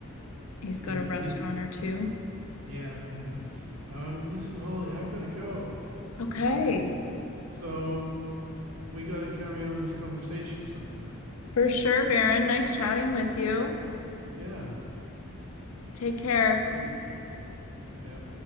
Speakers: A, on the left; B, on the right.
A: he's
B: he
A: got a restaurant
B: he's
A: or two?
B: Yeah, he has. Um, listen, Holly, I gotta go.
A: Okay,
B: Um, so we gotta carry on this conversation sometime.
A: for sure, Baron. Nice chatting with you.
B: Yeah,
A: Take care.
B: too. Yep.